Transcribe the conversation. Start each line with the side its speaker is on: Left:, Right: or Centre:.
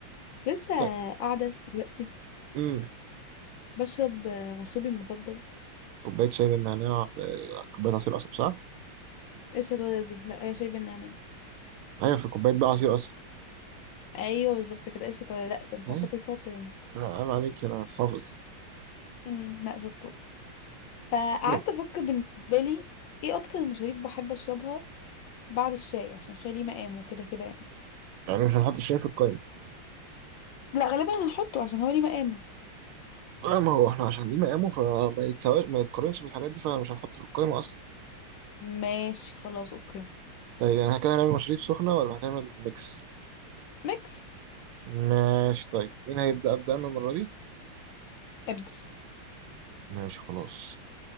Left: لسه
Right: لا
Left: قاعدة دلوقتي
Right: امم
Left: بشرب آه، مشروبي المفضل
Right: كوباية شاي بالنعناع في كوباية عصير قصب صح؟
Left: ايه الشطارة دي لا هي شاي بالنعناع
Right: أيوة في كوباية بقى عصير قصب
Left: ايوه بالظبط كده ايه الشطارة لا ده انت
Right: إيه؟
Left: شاطر شاطر يعني
Right: لا عيب عليك أنا حافظ
Left: امم لا شطور فقعدت
Right: ليه؟
Left: افكر بالنسبة لي ايه اكتر المشاريب بحب اشربها بعد الشاي عشان الشاي ليه مقامه وكده كده يعني
Right: يعني مش هنحط الشاي في القايمة
Left: لا غالبا هنحطه عشان هو ليه مقامه
Right: آه ما هو احنا عشان ليه مقامه فما يتساواش ما يتقارنش بالحاجات دي فمش هنحطه في القايمة أصلا
Left: ماشي خلاص اوكي
Right: طيب يعني كده هنعمل مشاريب سخنة ولا هنعمل ميكس؟
Left: ميكس
Right: ماشي طيب مين هيبدأ أبدأ أنا المرة دي؟
Left: ابدا
Right: ماشي خلاص